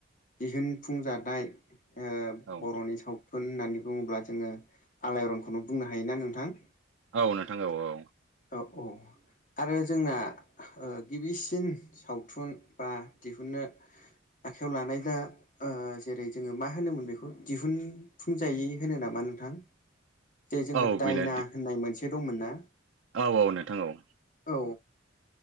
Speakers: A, on the left; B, on the right.
A: दिहुनफुंजानाय ओ
B: औ नोंथां
A: बर'नि सावथुन होननानै बुङोब्ला जोङो आलाय आरनखौनो बुंनो हायोना नोंथां?
B: औ नोंथां औ औ।
A: औ। आरो जोंना गिबिसिन ओ सावथुन बा दिहुनो आखाइायाव लानाय दा जेरै जोङो मा होनोमोन बेखौ दिहुनफुंजायै होनो नामा मा नोंथां जे जोंहा
B: औ
A: दायना
B: बेनो
A: होननाय मोनसे दंमोन नना
B: औ औ नोंथां औ
A: औ